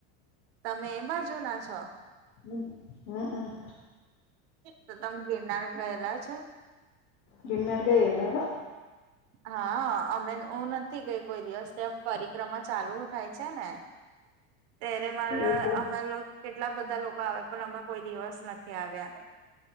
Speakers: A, on the right (about 60°); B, on the left (about 60°).
A: તમે એ બાજુ ના છો?
B: હમ, હમ, હ.
A: તો તમે ગિરનાર ગયેલા છે.
B: ગિનાર ગઈ એલા તો.
A: હા, અમે હ નથી ગઈ કોઈ દિવસ ત્યાં. પરિક્રમા ચાલુ થાય છે ને? ત્યારે મારા
B: એ તો
A: અમે લોકો કેટલા બધા લોકો આવે, પણ અમે કોઈ દિવસ નથી આવ્યા.